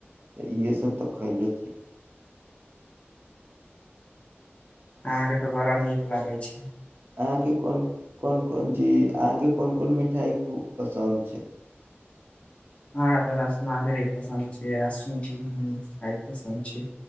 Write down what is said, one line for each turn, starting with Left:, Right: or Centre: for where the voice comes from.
Right: तऽ इहे सब तऽ खैले छी।
Left: अहाँके तऽ बड़ा नीक लागै छैय।
Right: अहाँ के कोन, कोन-कोन चीज अहा के कोन-कोन मिठाई खूब पसन्द छैय।
Left: हमरा तऽ रस मादरे पसन्द छै आ सूजी मीठाए पसन्द छैय।